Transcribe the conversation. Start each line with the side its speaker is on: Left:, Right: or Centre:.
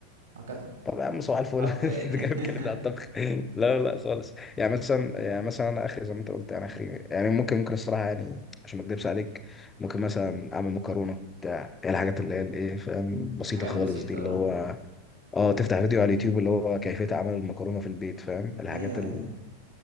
Right: وكفى
Left: طب يا عم صباح الفل
Right: حرفيا
Left: <laughs> انت
Right: يعني
Left: جاي
Right: <laughs>
Left: بتكلمني على الطبخ لا لا خالص يعني مثلا يعني مثلا انا اخري زي ما انت قلت يعني اخري يعني ممكن ممكن الصراحه يعني عشان ما اكدبش عليك ممكن مثلا اعمل مكرونه بتاع هي الحاجات اللي هي الايه فاهم بسيطه
Right: الحاجات
Left: خالص
Right: البسيطه
Left: دي اللي هو اه تفتح فيديو على اليوتيوب اللي هو كيفيه عمل المكرونه في البيت فاهم الحاجات
Right: ايوه
Left: ال-
Right: ايوه